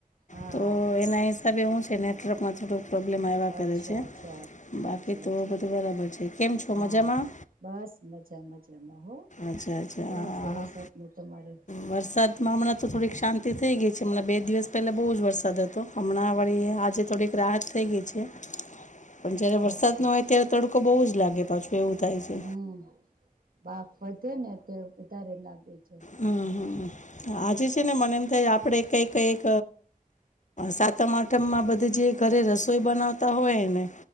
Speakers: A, on the right; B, on the left.
A: હા
B: તો એના હિસાબે હું છે નેટવર્કમાં થોડું પ્રોબ્લેમ આવ્યા કરે
A: અચ્છા
B: છે
A: અચ્છા
B: બાકી
A: અચ્છા
B: તો
A: અચ્છા
B: બધું બરાબર છે કેમ છો
A: હા
B: મજામાં
A: બસ મજા મજામાં હો
B: અચ્છા અચ્છા
A: કેવો
B: હા
A: છે વરસાદ
B: હા
A: ન તમારે
B: વરસાદમાં હમણાં તો થોડીક શાંતિ થઈ ગઈ છે હમણાં બે દિવસ પહેલા બહુ જ વરસાદ હતો હમણાં વળી આજે થોડીક રાહત થઈ ગઈ છે પણ જયારે વરસાદ
A: અચ્છા
B: નો હોય ત્યારે તડકો બહુ જ લાગે પાછું એવું થાય છે
A: હમ બાપ વધે ને અત્યારે વધારે લાગે છે
B: હમ હમ
A: અચ્છા
B: આજે છે
A: અચ્છા
B: ને મને એમ થાય આપડે કઈ કઈક સાતમ આઠમમાં બધી જે ઘરે રસોઈ બનાવતા હોય ને